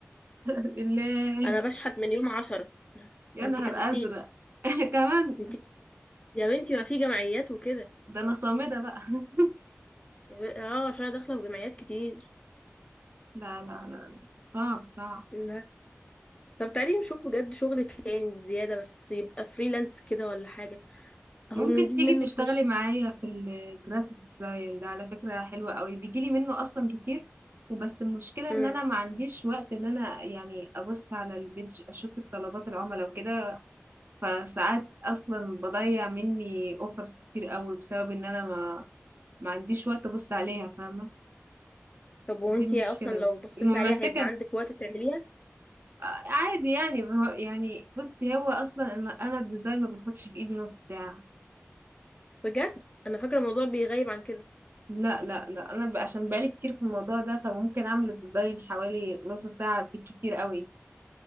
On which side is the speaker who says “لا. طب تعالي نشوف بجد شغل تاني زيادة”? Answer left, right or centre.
Left